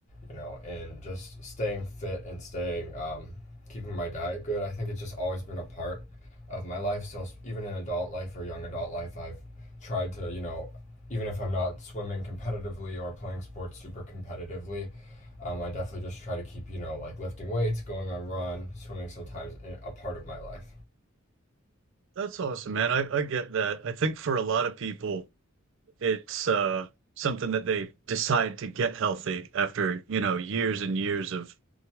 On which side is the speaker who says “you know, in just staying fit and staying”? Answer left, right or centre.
Left